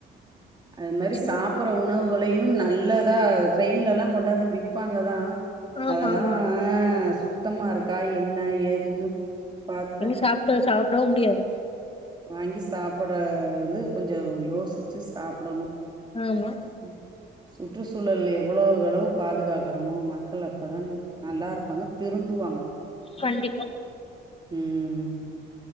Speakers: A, on the right; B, on the left.
A: அது மாறி
B: சரி
A: சாப்புற உணவுகளையு நல்லதா ட்ரெயின்ல எல்லா கொண்டாந்து விப்பாங்கதா
B: ஆமா
A: அதா எல்லா
B: ஆமா.
A: சுத்தமா இருக்கா என்ன ஏதுன்னு பாத்து
B: சாப்பிட்டு சாப்பிடவு முடியாது
A: வாங்கி சாப்பிடா வது கொஞ்சே யோசிச்சி சாப்பிடணு
B: ஆமா
A: போயிருச்சு சுற்றுச்சூழல் எவ்ளேவு அளவு பாதுகாக்குறமோ மக்கள் அப்தா நல்லா இருப்பாங்க திருந்து வாங்க
B: கண்டிப்பா
A: ம் ம் ம்